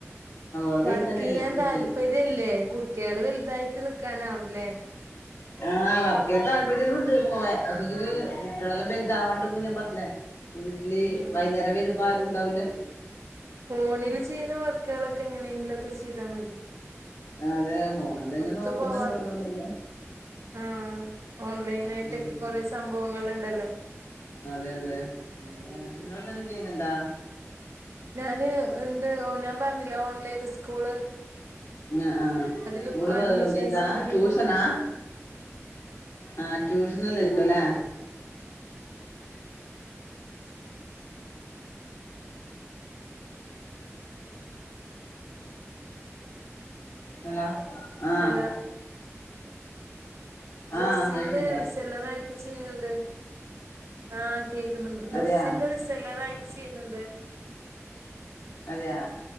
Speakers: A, on the left; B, on the right.
A: അവര്
B: വർക്ക്
A: ഇവിടെ തന്നെ
B: ചെയ്യാൻ
A: നിക്കല്
B: താല്പര്യല്ലേ കുട്ടികള് വലുതായിട്ട് നിക്കാനാവില്ലേ
A: ആഹ് വർക്ക് ചെയ്യാൻ താല്പര്യംല്ലാം ഉണ്ട് പോവാൻ എങ്കിൽ കുട്ടികളെല്ലാം വലുത ആവാണ്ട് പോക ഞാൻ പറഞ്ഞില്ലേ വീട്ടില്
B: ഉം
A: വൈകുന്നേരം വരുമ്പോ ആരുണ്ടാവൂല
B: ഫോണിൽ ചെയ്യുന്ന വർക്കുകളൊക്കെ എങ്ങനെയെങ്കിലുംക്കെ ചെയ്താ മതി
A: അതെ ഫോണിൽ
B: ഒത്തു
A: നോക്കുന്നുണ്ടോരോന്നല്ലേ
B: പോവാൻ ആഹ് ഓൺലൈന ആയിട്ടൊക്കെ
A: ഉം
B: കൊറേ സംഭവങ്ങൾണ്ടല്ലോ
A: അതെ അതെ നിങ്ങെന്തെങ്കും ചെയ്യുന്നുണ്ടാ
B: ഞാന് ഇണ്ട് ഞാൻ പറഞ്ഞില്ല ഓൺലൈന് സ്കൂള്
A: ആഹ് ആഹ്
B: അതില്
A: സ്കൂള്ന്റെ
B: അഡ്മിഷൻസ്
A: ഇതാ
B: കൊണ്ട്
A: ട്യൂഷനാ ആഹ് ട്യൂഷനല്ലരിക്കുലേ ഹലോ ആഹ്
B: അല്ല ഡ്രെസ്സിന്റെ
A: ആഹ് കേക്കുന്നില്ലേ
B: റിസെല്ലറയിട്ട് ചെയ്യണ് ണ്ട് ആഹ് കേ ക്ക്ന്ന് ഡ്രെസ്സിന്റെ
A: അതെയാ
B: റിസല്ലറായിട്ട് ചെയ്യണ് ണ്ട്
A: അതെയാ